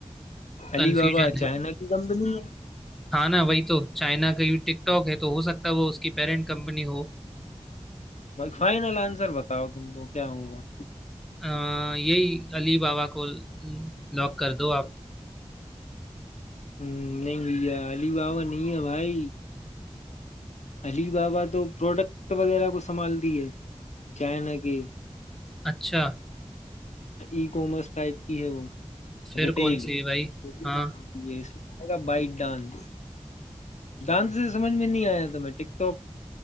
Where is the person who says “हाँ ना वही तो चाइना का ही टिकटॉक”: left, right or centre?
Centre